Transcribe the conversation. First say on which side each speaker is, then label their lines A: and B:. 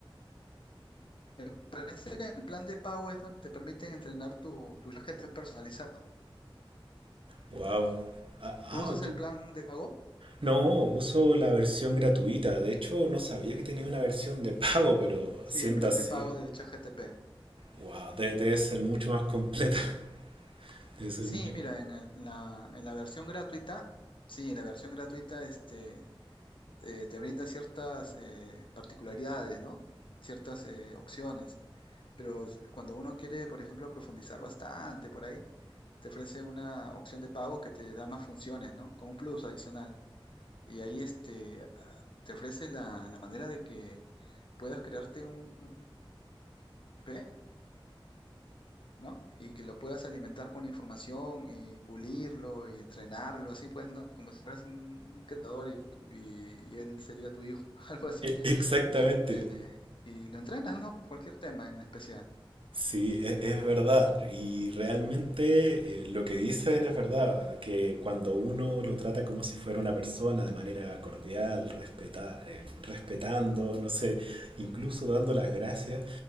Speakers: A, on the left (about 60°); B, on the right (about 65°).
A: Me parece que el plan de pago es donde te permiten entrenar tu, tu ChatGPT personalizado.
B: wow. Ah,
A: ¿Tú
B: ah,
A: usas
B: yo-
A: el plan de pago?
B: no, uso la versión gratuita. De hecho, no sabía que tenía una versión de pago, pero
A: Sí,
B: siendo
A: el plan
B: así,
A: de pago de ChatGTP.
B: wow, de- debe ser mucho más completa. <laughs> Debe ser
A: Sí,
B: mucho.
A: mira, en, el- en la, en la versión gratuita, sí, en la versión gratuita este, eh, te brinda ciertas eh, particularidades, ¿no? Ciertas eh, opciones. Pero s- cuando uno quiere, por ejemplo, profundizar bastante por ahí, te ofrece una opción de pago que te da más funciones, ¿no? Como un plus adicional. Y ahí este, te ofrece la, la manera de que puedas crearte un, un P P ¿no? Y que lo puedas alimentar con información y pulirlo y entrenarlo, así pues, ¿no? Como si fueras un, un creador y, tú- y, y él sería tu hijo, <laughs> algo así.
B: E- Exactamente.
A: Y te y lo entrenas, ¿no? Cualquier tema en especial.
B: Sí, e- es, verdad. Y realmente eh, lo que dicen es verdad, que cuando uno lo trata como si fuera una persona de manera cordial, respeta- eh, respetando, no sé, incluso dando las gracias,